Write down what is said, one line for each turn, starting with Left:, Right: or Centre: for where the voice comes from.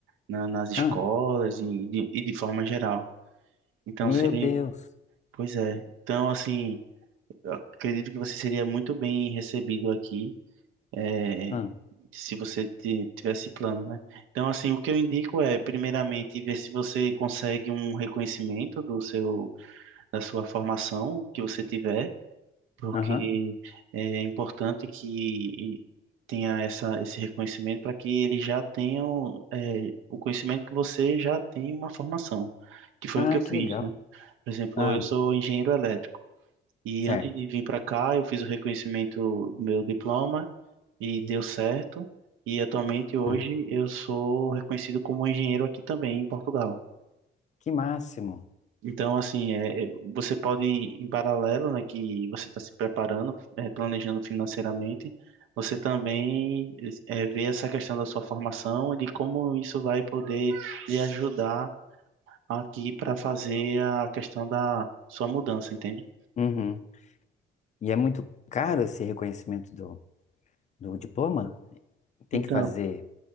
Right: na- nas escolas
Left: Ah,
Right: e de, e de forma geral. Então,
Left: meu
Right: seria...
Left: Deus.
Right: Pois é. Então, assim, eu acredito que você seria muito bem recebido aqui é,
Left: Ah,
Right: se você ti- tivesse plano, né? Então, assim, o que eu indico é, primeiramente, ver se você consegue um reconhecimento do seu, da sua formação que você tiver, porque
Left: aham.
Right: eh, é importante que tenha essa, esse reconhecimento para que eles já tenham é, o conhecimento que você já tem uma formação, que foi
Left: Ah,
Right: o que eu fiz,
Left: que legal.
Right: né? Por exemplo,
Left: Ah,
Right: eu sou engenheiro elétrico. E
Left: certo.
Right: antes de vir para cá, eu fiz o reconhecimento do meu diploma, e deu certo. E atualmente hoje
Left: Ah,
Right: eu sou reconhecido como engenheiro aqui também em Portugal.
Left: que máximo.
Right: Então, assim, é, é, você pode, em paralelo, né, que você está se preparando, é, planejando financeiramente, você também é, vê essa questão da sua formação e de como isso vai poder lhe ajudar aqui para fazer a questão da sua mudança, entende?
Left: Uhum. E é muito caro esse reconhecimento do, do diploma? Tem
Right: Então,
Left: que fazer